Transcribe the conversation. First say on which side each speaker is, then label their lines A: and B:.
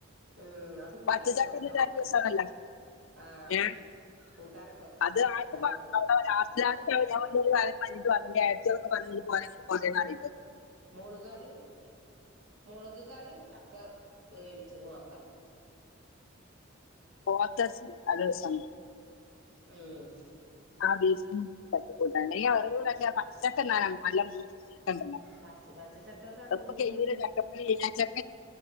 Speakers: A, on the right; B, on the left.
A: ഉം അത് കൂട്ടാനൊക്കെ
B: പച്ചചക്ക
A: വെക്കാ
B: തിന്നിട്ട് നല്ല രസമാണല്ലോ
A: ആഹ്
B: ഏ
A: കൂട്ടാനൊക്കെ വെക്കാ
B: അത് ആർക്കും
A: നല്ല
B: വേണ്ട അത് ലാസ്റ്റ് ലാസ്റ്റ് ആവുമ്പോ ഞാൻ പറഞ്ഞില്ലേ <unintelligible> കുട്ടികളെക്കെ പറഞ്ഞു ഇനി പോര് ഇനി പോകേണ്ട
A: മുളക് കറിയും മുളക് കറിയും ചക്ക വേവി ച്ചതുവാക്കാം
B: പോത്ത് ഇറച്ചി നല്ല രസമാണ്
A: ഉം
B: ആ ബീഫും തട്ടിക്കൂട്ടണേ അർവുകാര് പച്ച <unintelligible> നല്ല ബീഫ് രണ്ടെണ്ണോ
A: പച്ച പച്ച ചക്കൊക്കാണ്
B: എപ്പോ
A: പൂതിങ്ങക്ക്
B: കഴിയുല്ലേ ചക്കപ്പഴം ഈച്ച പിടിച്ച്